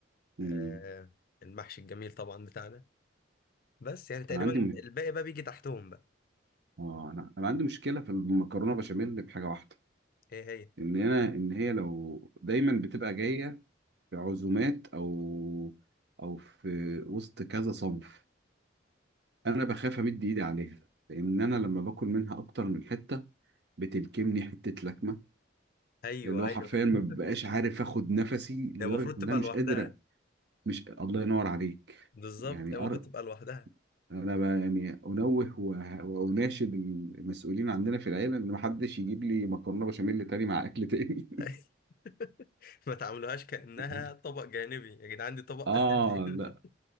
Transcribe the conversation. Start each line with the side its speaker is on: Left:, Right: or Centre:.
Right: مم.
Left: آه المحشي الجميل طبعا بتاعنا بس يعني تقريبا
Right: انا عندي م...
Left: الباقي بقى بيجي تحتهم بقى
Right: اه انا انا عندي مشكله في المكرونه بشاميل بحاجه واحده
Left: إيه هي
Right: ان انا ان هي لو دايما بتبقى جايه في عزومات او او في وسط كذا صنف انا بخاف امد ايدي عليها لان انا لما باكل منها اكتر من حته بتلكمني حته لكمه
Left: أيوه
Right: اللي هو
Left: أيوه
Right: حرفيا ما
Left: <laughs>
Right: ببقاش عارف اخد نفسي لدرجه
Left: هي المفروض تبقى
Right: ان انا مش
Left: لوحدها
Right: قادر مش الله ينور عليك
Left: بالظبط
Right: يعني
Left: هي المفروض
Right: أر...
Left: تبقى لوحدها
Right: انا ب... يعني انوه و- واناشد المسؤولين عندنا في العيله ان ما حدش يجيب لي مكرونه بشاميل تاني مع اكل تاني
Left: <laughs> <laughs> ما تعاملوهاش كأنها
Right: <laughs>
Left: طبق جانبي يا جدعان دي طبق
Right: اه
Left: أساسي
Right: لا
Left: <laughs>